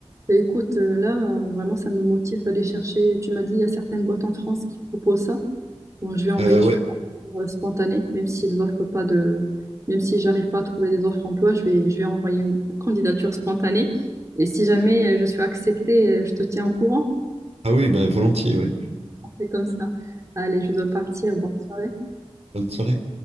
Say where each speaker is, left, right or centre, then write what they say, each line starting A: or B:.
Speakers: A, on the right; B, on the right.
A: Et écoute, euh, là, euh, vraiment, ça me motive d'aller chercher. Tu m'as dit, il y a certaines boîtes en France qui proposent ça. Bon, je vais envoyer
B: Euh, ouais.
A: euh, spontanée, même s'ils offrent pas de, même si j'arrive pas à trouver des offres emploi, je vais, je vais envoyer une candidature spontanée. Et si jamais euh, je suis acceptée, euh, je te tiens au courant.
B: Ah oui, bah, volontiers, ouais.
A: On fait comme ça. Allez, je dois partir. Bonne soirée.
B: Bonne soirée.